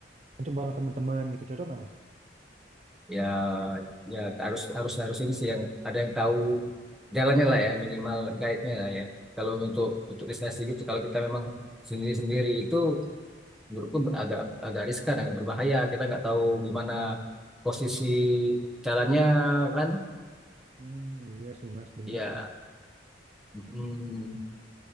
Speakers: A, on the right (about 40°); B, in the centre.
A: Untuk bareng teman-teman gitu cocok nggak Mas?
B: ya ya harus harus harus ini sih yang ada yang tahu jalannya lah ya minimal guide-nya lah ya kalau untuk untuk destinasi gitu kalau kita memang sendiri sendiri itu menurutku agak agak riskan agak berbahaya kita nggak tahu gimana posisi jalannya kan
A: Hmm, iya sih Mas, bener
B: ya
A: sih.
B: mm,